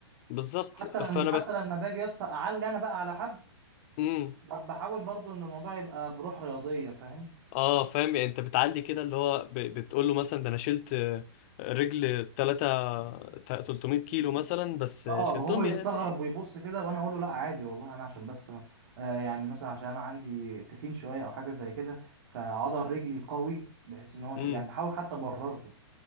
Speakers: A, on the left; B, on the right.
A: بالظبط
B: حتى لما
A: فانا بت...
B: حتى لما باجي يا اسطى اعلي انا بقى على حد
A: مم.
B: بحاول برضو ان الموضوع يبقى بروح رياضيه فاهم
A: اه فاهم يعني انت بتعلي كده اللي هو ب... بتقول له مثلا ده انا شلت آه، رجل 3 300 كيلو مثلا بس آه،
B: اه
A: شلتهم
B: هو يستغرب
A: يعني
B: ويبص كده وانا اقول له لا عادي والله انا عشان بس ما- آه يعني مثلا عشان انا عندي تخين شويه او حاجه زي كده فعضل رجلي قوي بحيث ان هو ش...
A: امم
B: يعني بحاول حتى ابرر له